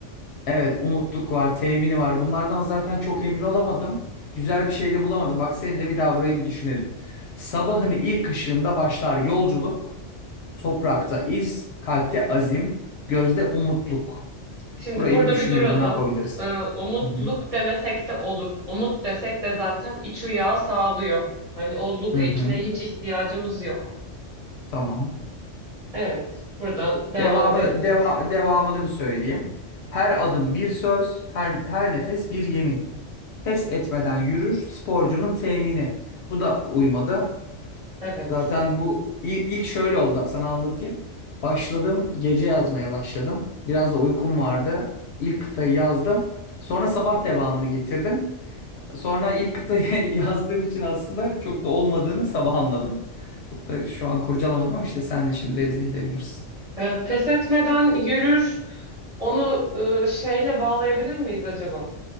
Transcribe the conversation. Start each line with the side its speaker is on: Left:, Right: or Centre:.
Left: Evet, umutluk var, temini var. Bunlardan zaten çok emin olamadım. Güzel bir şey de bulamadım. Bak seninle bir daha burayı bir düşünelim. Sabahın ilk ışığında başlar yolculuk. Toprakta iz, kalpte azim, gözde umutluk.
Right: Şimdi
Left: Burayı
Right: burada
Left: bir düşünelim
Right: bir duralım.
Left: ne yapabiliriz?
Right: Ee, umutluk
Left: Hı hı.
Right: demesek de olur. Umut desek de zaten iç uyağı sağlıyor. Hani o luk
Left: Hı
Right: ekine
Left: hı,
Right: hiç ihtiyacımız yok.
Left: tamam.
Right: Evet, buradan devam
Left: Devamı,
Right: edebiliriz.
Left: deva, devamını bir söyleyeyim. Her adım bir söz, her, her nefes bir yemin. Pes etmeden yürür, sporcunun temini. Bu da uymadı.
Right: Evet.
Left: Zaten bu il- ilk şöyle oldu sana anlatayım. Başladım gece yazmaya başladım. Biraz da uykum vardı. İlk kıtayı yazdım. Sonra sabah devamını getirdim. Sonra ilk kıtayı <laughs> yazdığım için aslında çok da olmadığını sabah anladım. Çok da şu an kurcalamadım ama işte sen de şimdi revize edebilirsin.
Right: Ee, pes etmeden yürür. Onu e, şeyle bağlayabilir miyiz acaba?